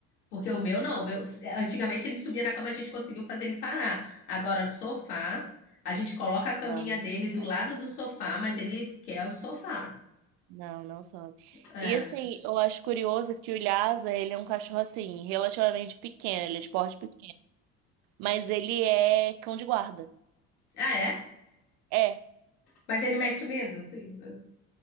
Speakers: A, on the left; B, on the right.
A: Porque o meu não. o meu... Antigamente ele subia na cama, a gente conseguiu fazer ele parar. Agora, sofá, a gente coloca a caminha
B: Não,
A: dele
B: não sobe.
A: do lado do sofá, mas ele quer o sofá.
B: Não, não sobe.
A: É.
B: E assim, eu acho curioso que o Lhasa, ele é um cachorro assim, relativamente pequeno. Ele é de porte pequeno. Mas ele é cão de guarda.
A: Ah, é?
B: É.
A: Mas ele mete medo, sim. né?